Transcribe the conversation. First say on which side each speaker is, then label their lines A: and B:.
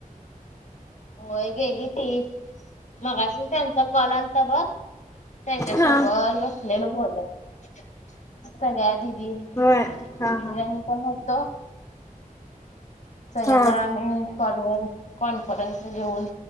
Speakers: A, on the left; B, on the left.
A: होय गेली ती मग असेल त्यांचा कॉल आलता बघ त्यांच्या सोबत
B: हा
A: बसलेल बोलत सगळ्या दिदी डिझाईन
B: होय हा हा
A: पण होत सगळेजण
B: हा
A: आम्ही कॉलवर कॉन्फरन्स घेऊन